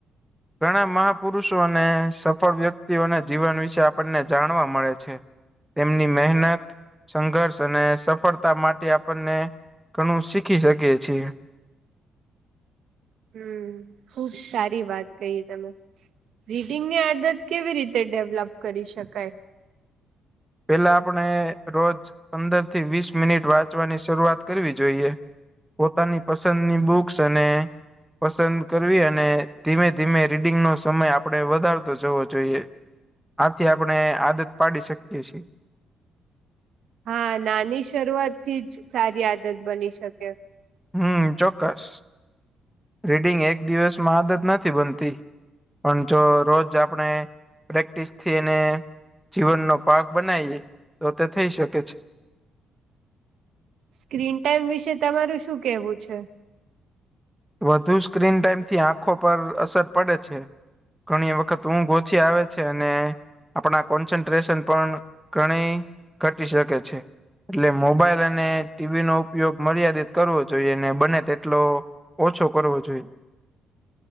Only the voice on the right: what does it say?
હમ્મ ખુબ સારી વાત કઈ તમે. રીડીંગની આદત કેવી રીતે ડેવલપ કડી શકાય?
હા નાની શરૂઆત થી જ સારી આદત બની શકે.
સ્ક્રીન ટાઈમ વિશે તમારું શું કેહવું છે?